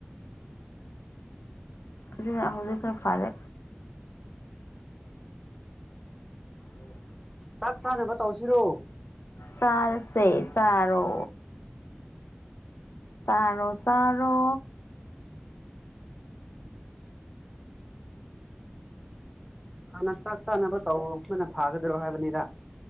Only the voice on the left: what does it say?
ꯍꯧꯖꯤꯛ ꯍꯧꯖꯤꯛ ꯈꯔ ꯐꯔꯦ ꯎꯝ
ꯆꯔꯁꯦ ꯆꯔꯣ ꯇꯥꯔꯣ ꯆꯥꯔꯣ